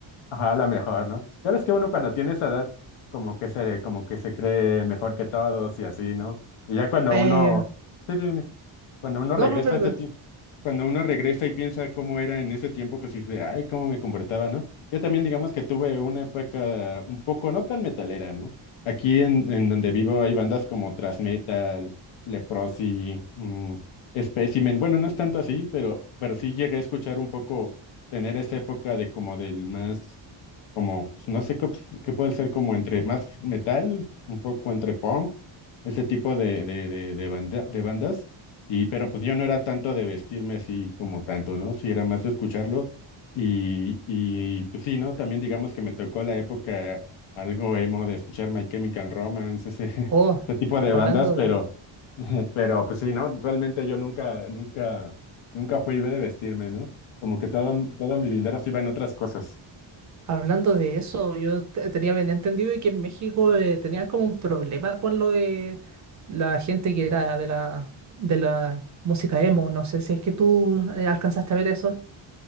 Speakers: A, on the left; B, on the right.
A: ajá, a lo mejor, ¿no? Sabes que uno cuando tiene esa edad, como que se, como que se cree mejor que todos y así, ¿no? Y ya cuando
B: Eh,
A: uno, sí, sí, Cuando uno regresa
B: no, no, perdón.
A: a ese tiempo, cuando uno regresa y piensa cómo era en ese tiempo, pues dice, ay, cómo me comportaba, ¿no? Yo también, digamos que tuve una época un poco no tan metalera, ¿no? Aquí en, en donde vivo hay bandas como Thrash Metal, Leprosy, mm, Specimen. Bueno, no es tanto así, pero, pero sí llegué a escuchar un poco, tener esa época de como del más como, pues no sé qué, op- qué puede ser como entre más metal, un poco entre punk, ese tipo de, de, de, de, banda- de bandas. Y, pero pues yo no era tanto de vestirme así como tanto, ¿no? Sí, era más de escucharlo. Y, y pues sí, ¿no? También digamos que me tocó la época algo emo de escuchar My Chemical Romance, ese, <laughs>
B: Oh,
A: ese tipo de
B: hablando
A: bandas, pero,
B: de...
A: <laughs> pero pues sí, ¿no? Realmente yo nunca, nunca, nunca fui de vestirme, ¿no? Como que todo, todo mi dinero se iba en otras cosas.
B: Hablando de eso, yo te- tenía bien entendido que en México eh, tenían como un problema con lo de la gente que era de la, de la música emo. No sé si es que tú eh, alcanzaste a ver eso.